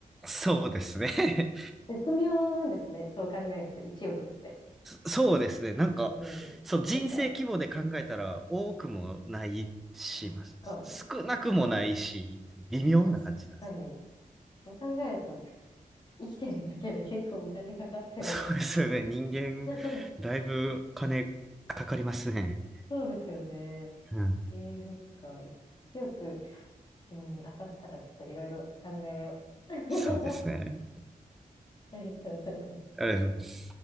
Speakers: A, in the centre; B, on the left.
A: そうですね。<laughs>
B: 絶妙なんですね。そう考えると、1億って。
A: そうですね。なんか、
B: うん。
A: そう、人生規模で考えたら多くもないし、
B: なんか、確かに。
A: ま少なくもないし、微妙な感じなんです。
B: 確かに。そう考えると、生きてるだけで結構お金かかってるんですね。
A: そうですよね。人間、
B: <laughs>
A: だいぶ金かかりますね。
B: そうですよね。
A: うん。
B: えー、そっか。1億。うん、当たったらちょっといろいろ考えよう。<laughs>
A: そうですね。
B: ありがとうございます。
A: あれです